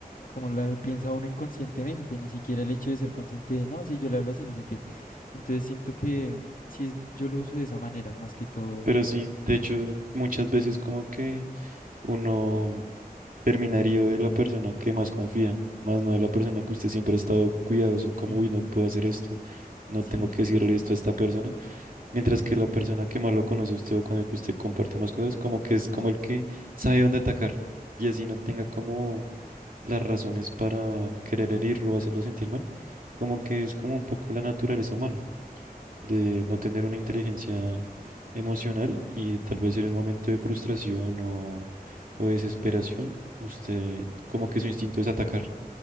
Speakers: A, on the left (about 60°); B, on the right (about 60°).
A: como la piensa uno inconscientemente, ni siquiera el hecho de ser consciente de, no, si yo le hablo así, no sé qué. Entonces siento que sí, es- yo lo uso de esa manera, más que todo,
B: Pero sí, de hecho, muchas veces como que uno terminaría de la persona que más confía, más no de la persona que usted siempre ha estado cuidadoso, como,
A: sí,
B: uy, no puedo hacer esto, no
A: sí
B: tengo
A: es,
B: que decirle esto a esta persona. Mientras que la persona que más lo conoce a usted o con el que usted comparte más cosas, como que es como el que sabe dónde atacar y así no tenga como las razones para querer herirlo o hacerlo sentir mal, como que es como un poco la naturaleza humana de no tener una inteligencia emocional y tal vez en el momento de frustración o, o desesperación, usted como que su instinto es atacar,